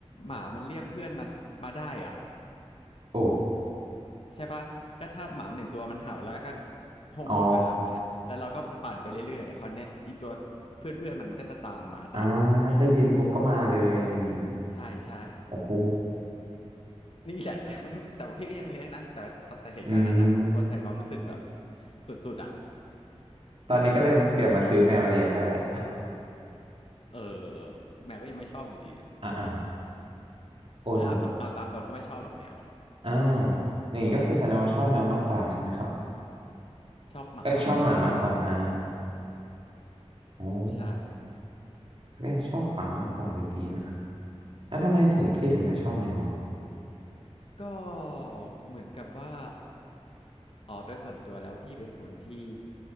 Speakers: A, on the left (about 55°); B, on the right (about 55°).
A: หมามันเรียกเพื่อนมามาได้อ่ะ
B: โอ้
A: ใช่ปะก็ถ้าหมาหนึ่งตัวมันเห่าแล้วก็ห้องห้องกับเราเงี้ยแล้วเราก็ปั่นไปเรื่อยๆอะคราวเนี้ยอีตัวเพื่อนเพื่อนมันมันก็จะตามมาตามมาอย่างงี้ไง
B: อ๋ออ่าได้ยินปุ๊บก็มาเลยอะไรอย่างงี้
A: ใช่ใช่
B: โอ้โห
A: นี่แหละ <laughs> แต่ว่าพี่ก็ยังเลี้ยงนะแต่แต่แต่เหตุการณ์นั้นอ่ะหูเข้าใจความรู้สึกแบบ
B: อืม
A: สุดๆอ่ะ
B: ตอนนี้ก็เลยเปลี่ยนมาซื้อแมวเลี้ยงด้วยแหละ
A: เออแมวก็ยังไม่ชอบอยู่ดีอะ
B: <laughs> อ้าวโอ้โน
A: เออเอาตามเอาตามตรงก็ไม่ชอบหรอกแมวอ่ะ
B: อ้าวอย่างงี้ก็คือแสดงว่าชอบแมวมากกว่าใช่ไหมครับ
A: ชอบหมามากกว่า
B: เอ้ยชอบหมามากกว่าอ่าโอ้
A: ใช่
B: ก็ยังชอบหมามากกว่าอยู่ดีนะ แล้วทำไมถึงพี่ถึงไม่ชอบแมวอ่ะ
A: อือฮึ ก็เหมือนกับว่าอ๋อโดยส่วนตัวแล้วพี่เป็นคนที่